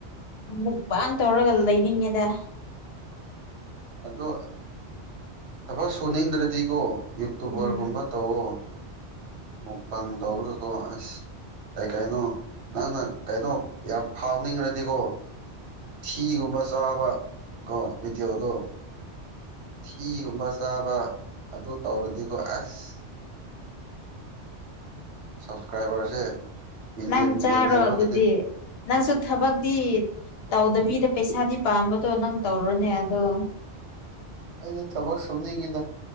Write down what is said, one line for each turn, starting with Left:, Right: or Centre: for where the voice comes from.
Left: ꯃꯨꯛꯕꯥꯡ ꯇꯧꯔꯒ ꯂꯩꯅꯤꯡꯉꯦꯗ
Right: ꯑꯗꯣ ꯊꯕꯛ ꯁꯨꯅꯤꯡꯗ꯭ꯔꯗꯤꯀꯣ ꯌꯨꯇꯨꯕꯔꯒꯨꯝꯕ
Left: ꯎꯝ
Right: ꯇꯧꯑꯣ ꯃꯨꯛꯕꯥꯡ ꯇꯧꯔꯒꯀꯣ ꯑꯁ ꯀꯩ ꯀꯩꯅꯣ ꯅꯪꯅ ꯀꯩꯅꯣ ꯌꯥꯝ ꯐꯥꯎꯅꯤꯡꯉꯥꯗꯤꯀꯣ ꯊꯤꯒꯨꯝꯕ ꯆꯥꯕ ꯀꯣ ꯚꯤꯗꯤꯑꯣꯗꯣ ꯊꯤꯒꯨꯝꯕ ꯆꯥꯕ ꯑꯗꯨ ꯇꯧꯔꯗꯤꯀꯣ ꯑꯁ ꯁꯞꯁꯀ꯭ꯔꯥꯏꯕꯔꯁꯦ ꯃꯤꯂꯤꯌꯟ
Left: ꯅꯪ
Right: ꯃꯤꯂꯤꯌꯟ
Left: ꯆꯥꯔꯣ
Right: ꯌꯧꯔꯛꯀꯅꯤ
Left: ꯑꯗꯨꯗꯤ ꯅꯪꯁꯨ ꯊꯕꯛꯇꯤ ꯇꯧꯗꯕꯤꯗ ꯄꯩꯁꯥꯗꯤ ꯄꯥꯝꯕꯗꯣ ꯅꯪ ꯇꯧꯔꯣꯅꯦ ꯑꯗꯣ
Right: ꯑꯩꯅ ꯊꯕꯛ ꯁꯨꯅꯤꯡꯉꯤꯗ